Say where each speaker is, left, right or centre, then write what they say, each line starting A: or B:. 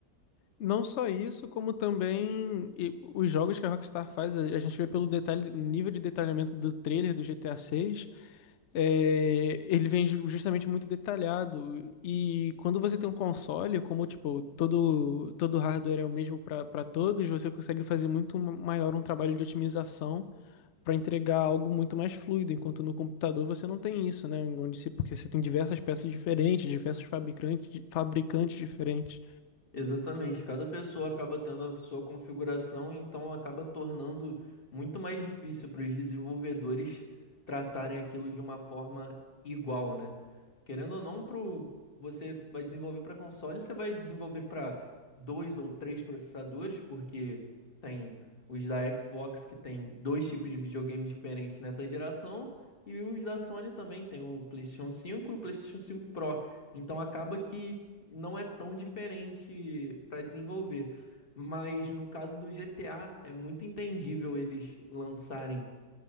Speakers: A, on the left; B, on the left.
A: Não só isso, como também e os jogos que a Rockstar faz, a a gente vê pelo detalhe, nível de detalhamento do trailer do GTA 6, ele vem ju- justamente muito detalhado. E quando você tem um console, como tipo, todo, todo hardware é o mesmo para todos, você consegue fazer muito ma- maior um trabalho de otimização para entregar algo muito mais fluido, enquanto no computador você não tem isso, né? Onde se- Porque você tem diversas peças diferentes, diversos fabricantes, fabricantes diferentes.
B: Exatamente, cada pessoa acaba tendo a sua configuração, então acaba tornando muito mais difícil para os desenvolvedores tratarem aquilo de uma forma igual, né? Querendo ou não, pro... você vai desenvolver para console, você vai desenvolver para dois ou três processadores, porque tem os da Xbox que tem dois tipos de videogame diferentes nessa geração, e os da Sony também, tem o PlayStation cinco e o PlayStation cinco Pro. Então acaba que não é tão diferente para desenvolver. Mas no caso do GTA, é muito entendível eles lançarem